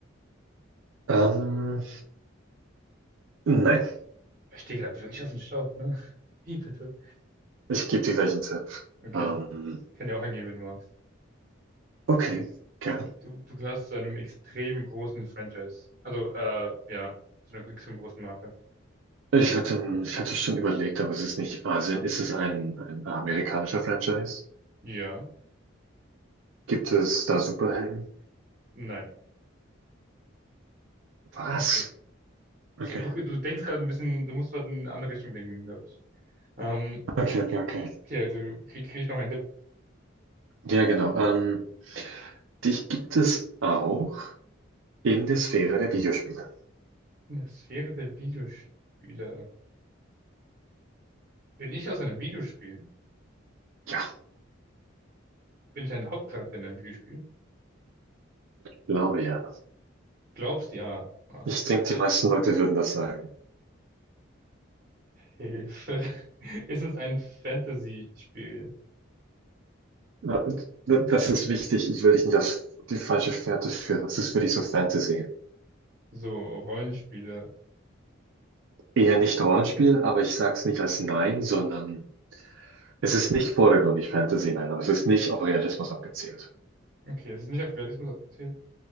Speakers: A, on the right; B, on the right.
A: Ähm, nein,
B: Ich stehe gerade wirklich aus dem Schlauch, ne? <laughs> Wie bitte?
A: ich gebe dir gleich einen Tipp.
B: Okay,
A: Ähm,
B: kann dir auch angehen, wenn du magst.
A: okay, gerne.
B: Du, du gehörst zu einem extrem großen Franchise. Also, äh, ja, zu einer extrem großen Marke.
A: Ich hatte, ich hatte schon überlegt, aber es ist nicht Asien. Ist es ein, ein amerikanischer Franchise?
B: Ja,
A: Gibt es da Superhelden?
B: nein,
A: Was?
B: okay. Ich
A: Okay,
B: glaub, du, du denkst gerade ein bisschen, du musst gerade in eine andere Richtung denken, glaube ich. Ähm,
A: okay, okay, okay.
B: okay, also kriege krieg ich noch einen Tipp.
A: Ja, genau. Ähm, dich gibt es auch in der Sphäre der Videospiele.
B: In der Sphäre der Videospiele. Bin ich aus einem Videospiel?
A: Ja,
B: Bin ich ein Hauptcharakter in einem Videospiel?
A: glaube ja.
B: Du glaubst ja. Ah,
A: Ich denke, die meisten Leute würden das sagen.
B: Hilfe. <laughs> Ist es ein Fantasy-Spiel?
A: Ja, d- Das ist wichtig. Ich will dich nicht auf die falsche Fährte führen. Das ist wirklich so Fantasy.
B: So Rollenspiele.
A: Eher nicht Rollenspiel, aber ich sag's nicht als Nein, sondern es ist nicht vordergründig Fantasy, nein, aber es ist nicht auf Realismus abgezielt.
B: Okay, es ist nicht auf Realismus abgezielt.